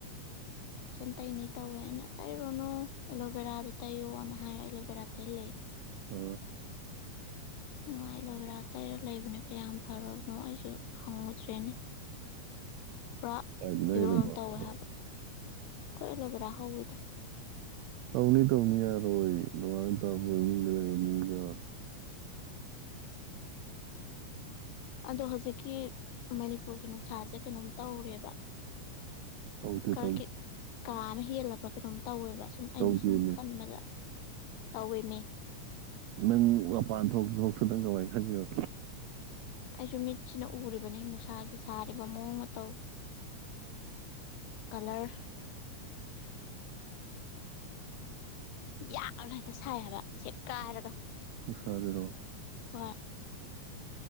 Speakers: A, on the left; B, on the right.
A: ꯐꯨꯁꯟ ꯇꯩꯅꯤ ꯇꯧꯋꯦ ꯑꯩꯅ ꯇꯩꯔꯨꯅꯨ ꯑꯦꯂꯣꯚꯦꯔꯥꯗ ꯇꯩꯌꯣꯅ ꯍꯥꯏ ꯑꯦꯂꯣꯚꯦꯔꯥ ꯇꯦꯜꯍꯂ
B: ꯑ
A: ꯑꯗꯨꯃꯥꯏ ꯑꯦꯂꯣꯚꯦꯔꯥ ꯇꯩꯔ ꯂꯩꯕꯅꯦ ꯀꯌꯥꯝ ꯐꯔꯕꯅꯣ ꯑꯩꯁꯨ ꯍꯪꯉꯨꯗ꯭ꯔꯦꯅꯦ ꯄꯨꯔꯥ
B: ꯀꯥꯏꯗ
A: ꯐꯤꯕꯝ
B: ꯂꯩꯔꯕ꯭ꯔꯣ
A: ꯑꯃ ꯇꯧꯋꯦ
B: ꯍꯪꯕ꯭ꯔꯣ
A: ꯍꯥꯏꯕ ꯑꯩꯈꯣꯏ ꯑꯦꯂꯣꯕꯦꯔꯥ ꯍꯧꯋꯤꯗ
B: <inaudible> ꯇꯧꯅꯤ ꯇꯧꯅꯤ ꯑꯔꯣꯏ ꯅꯣꯉꯟꯗꯩꯩ ꯅꯨꯃꯤꯠ ꯇꯥꯐꯥꯎ ꯃꯣꯌ ꯏꯃꯨꯡꯗ ꯂꯩꯕ ꯃꯤꯒ
A: ꯑꯗꯣ ꯍꯧꯖꯤꯛꯀꯤ ꯃꯅꯤꯄꯨꯔꯒꯤ ꯅꯨꯡꯁꯥꯁꯦ ꯀꯩꯅꯣꯝ ꯇꯧꯔꯦꯕ
B: ꯇꯧꯗꯦ
A: ꯈꯔ
B: ꯇꯧꯗꯦ
A: ꯀ ꯀꯥ ꯑꯃ ꯍꯦꯜꯂꯕ ꯀꯩꯅꯣꯝ ꯇꯧꯋꯦꯕ ꯁꯨꯝ ꯑꯩꯅ
B: ꯇꯧꯗꯦꯃꯤ
A: ꯁꯨꯝ ꯈꯟꯕꯗ ꯇꯧꯋꯦꯃꯤ
B: ꯅꯪ ꯃꯄꯥꯟ ꯊꯣꯛꯁꯨ ꯊꯣꯛꯇꯥ ꯅꯪ ꯀꯃꯏꯅ ꯈꯪꯉꯤꯅꯣ
A: ꯑꯩꯁꯨ ꯃꯤꯠꯁꯤꯅ ꯎꯔꯤꯕꯅꯤ ꯅꯨꯡꯁꯥꯒꯤ ꯁꯥꯔꯤꯕ ꯃꯑꯣꯡ ꯃꯇꯧ ꯀꯂꯔ ꯌꯥꯛꯑꯒ ꯍꯦꯛꯇ ꯁꯥꯏ ꯍꯥꯏꯕ ꯁꯦꯒꯥꯏꯔꯒ
B: ꯅꯨꯡꯁꯖꯤꯔꯣ
A: ꯍꯣꯏ